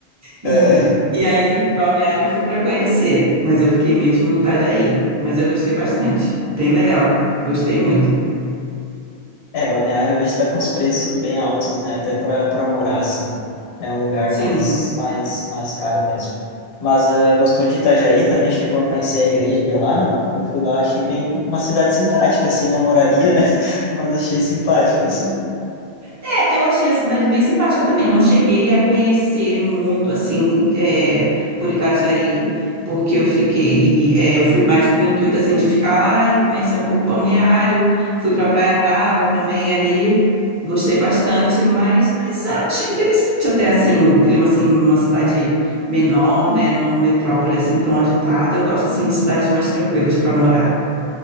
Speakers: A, on the right; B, on the left.
A: E,
B: É, é,
A: e aí, Balneário eu fui para conhecer, mas eu fiquei mesmo em Itajaí. Mas eu gostei bastante, bem legal, gostei muito.
B: é, Balneário hoje está com os preços bem altos, né? Até para para morar, assim. É um lugar
A: Sim,
B: mais mais mais caro mesmo. Mas ah, gostou de Itajaí? Também chegou a conhecer a igreja de lá, não? Eu fui lá, achei bem uma cidade simpática, assim, não moraria, né? <laughs> Mas achei simpática, assim.
A: É, eu achei a cidade bem simpática também. Não cheguei a conhecer muito assim é, por Itajaí, porque eu fiquei, é, eu fui mais com o intuito assim de ficar lá e conhecer um pouco Balneário. Fui para Praia Brava também ali, gostei bastante, mas, mas achei interessante até assim o clima assim, uma cidade menor, né, não metrópole assim tão agitada. Eu gosto assim de cidades mais tranquilas para morar.